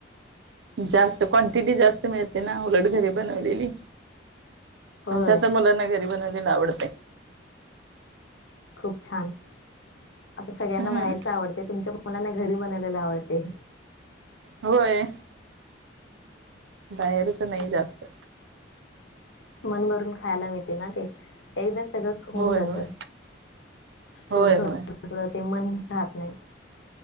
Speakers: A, on the right; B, on the left.
A: जास्त क्वांटिटी जास्त मिळते ना उलट घरी बनवलेली
B: होय
A: आमच्या तर मुलांना घरी बनवलेल आवडतय.
B: खूप छान आता सगळ्यांना
A: हम्म
B: बाहेरच आवडते तुमच्या मुलांना घरी बनवलेला आवडते.
A: होय बाहेरच नाही जास्त,
B: मन भरून खायला मिळते ना ते एकदा सगळं होऊन
A: होय
B: जात
A: होय होय
B: थोडं थोड
A: होय
B: थोड ते मन राहत नाही.